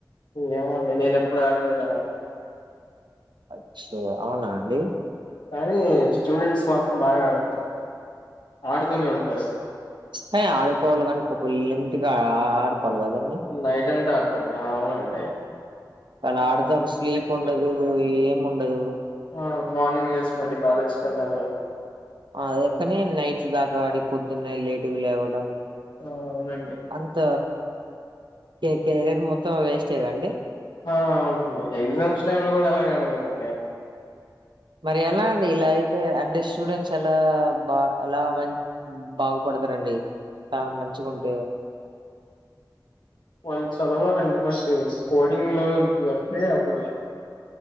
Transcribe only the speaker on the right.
అచ్చో అవునా అండి
హే ఆడుకోవాలి కని పాపం లిమిట్ గ ఆడుకోవాలి కదా
అలా ఆడితే ఒక స్లీప్ ఉండదు ఏం ఉండదు
అదే కాని నైట్ దాకాడి పొద్దున్నే లేటుగా లేవడం
అంత కెరియర్ మొత్తం వేస్టే కదా అండి.
మరి ఎలా అండి ఇలా అయితే అంటే స్టూడెంట్స్ ఎలా బా ఎలా మం బాగుపడతారండి కా మంచిగా ఉంటే